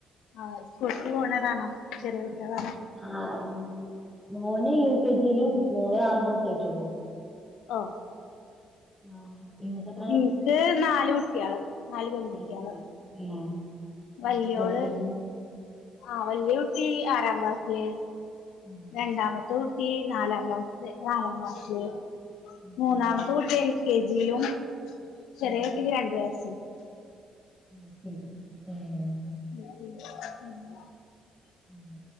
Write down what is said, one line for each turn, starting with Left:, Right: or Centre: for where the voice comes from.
Left: ആഹ് സ്കൂൾക് പോണതാണോ ചെറിയ കുട്ടികളാണോ?
Centre: ആഹ് മോന് യു കെ ജിയിലും മോള് ആറു മാസയിട്ടുള്ളൂ.
Left: ഓ
Centre: ആഹ് ഇങ്ങക്ക് എത്ര
Left: എനിക്ക് നാല് കുട്ട്യാള്. നാല് പെൺകുട്ട്യാള്
Centre: അയിശെരി ഏഹ്.
Left: വല്യോള്
Centre: എന്താ പഠിക്കുന്നെ
Left: ആഹ് വല്യ കുട്ടി ആറാം ക്ലാസില്.
Centre: ഉം.
Left: രണ്ടാമത്തെ കുട്ടി നാലാം ക്ലാസില്. നാലാം ക്ലാസില്
Centre: അയ്ശരി ഉം
Left: മൂന്നാമത്തെ
Centre: ഉം
Left: കുട്ടി എൽ കെ ജി ലും ചെറിയേ
Centre: ഉം
Left: കുട്ടിക്ക് രണ്ട് വയസ്സ്.
Centre: <unintelligible> ഉം.
Left: <inaudible>
Centre: <unintelligible>